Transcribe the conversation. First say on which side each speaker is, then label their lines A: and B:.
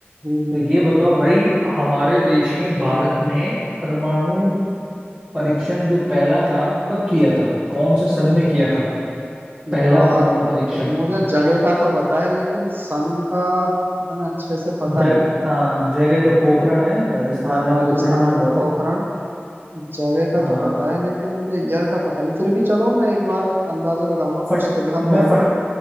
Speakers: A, on the right (about 60°); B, on the right (about 20°).
A: हम्म
B: तो
A: हम्म,
B: ये बताओ भाई हमारे देश में भारत ने परमाणु परीक्षण जो पहला था कब किया था कौन से सन में किया था पहला
A: यार
B: परमाणु परीक्षण
A: मुझे जगह का तो पता है लेकिन सन का इतना अच्छे से पता
B: जग
A: नहीं
B: आ, जगह तो पोखरण है राजस्थान
A: हाँ
B: में
A: राजस्थान
B: पोखरण में हुआ
A: में पोखरण
B: था
A: जगह का
B: हाँ
A: तो पता है लेकिन मुझे ईयर का पता नहीं फिर भी चलो मैं एक बार अंदाजा लगाऊंगा कुछ
B: फट
A: तिकड़म
B: मैं
A: लगा
B: फट
A: के